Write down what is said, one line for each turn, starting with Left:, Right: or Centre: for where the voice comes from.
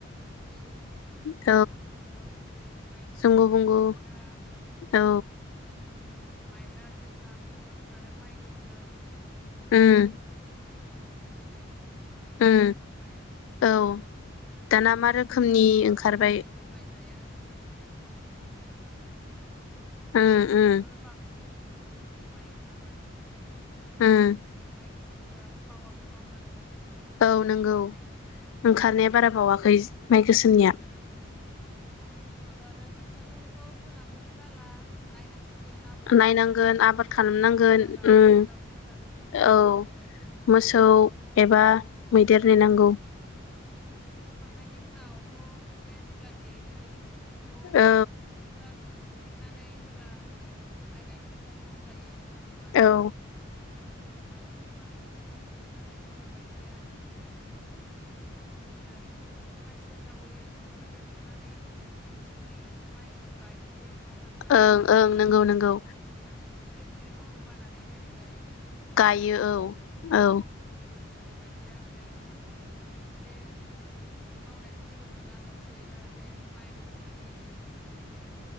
Centre: जि
Left: <inaudible>
Centre: रनजित माइ आइजं
Left: जंगु बंगु
Centre: हायथा
Left: औ
Centre: औ माइब्रा जोसा बुहुद आरो माइ गोसोम
Left: उम
Centre: बुहद रोखोमनि ओंखारबाय
Left: उम
Centre: आरोना माइयाबो
Left: औ
Centre: मानोना
Left: दाना मा
Centre: दानिया
Left: रोखोमनि
Centre: मोनसे
Left: ओंखारबाय
Centre: रोखोमनिल' माइ जाया गोदोनिफ्रायनो गोबां रोखोमनि माइ जाबोबाय दङ।
Left: उम
Centre: दाथ'
Left: उम
Centre: आरो बांसिन रोखोमनि माइ ओंखारबाय।
Left: उम
Centre: माइ गोसोमफोराबो बावाखै नङाबब्ला नोंथां।
Left: औ नोंगौ
Centre: ओंखारनायानो उम
Left: ओंखारनाया बारा बावाखै माइ
Centre: औ
Left: गोसोमनिया
Centre: बेनि उनावथ' आरो खोथियाखौथ' फोनानैबोल' जाला नायनांसिगोन आबोर खालामनांसिगोन
Left: नायनांगोन आबाद
Centre: बयबो
Left: खालामनांगोन
Centre: सखा जागोन
Left: उम
Centre: ना दाउस्रि जागोन बेखौ नायनांसिगोन
Left: औ मोसौ
Centre: आरो
Left: एबा
Centre: बिनि उनाव औ
Left: मैदेर नेनांगौ
Centre: उम फोखांनायनि उनावथ' खोथिया जेब्ला देरो बेखौ
Left: औ
Centre: सुबुंफोरा फिन फुफिननानै जेब्ला ओ माइ गायनो नि थाखाय सम जायो हालेवनानै
Left: औ
Centre: औ दा बिनि उनाव खोथियाखौ फुखांनानै सोरबा बायदिया मा <unintelligible> होनो खासिया जावैयो सोरबा बायदिया फुनानै थोंजोङै माइखौ गायखायो नङा ओमबा नोंथां
Left: ओं ओं नंगौ नंगौ
Centre: सोरबा बायदिया खनले ख खनले मावनो बानानै दायरेग गायो थोंजोङै
Left: गायो
Centre: गायखायो
Left: औ औ
Centre: सोरबा बायदि या आरो खनले ख खनले मावनायखौ जेबो सानाल' ह जाहाथे माइ गस एरो बिनि थाखायनो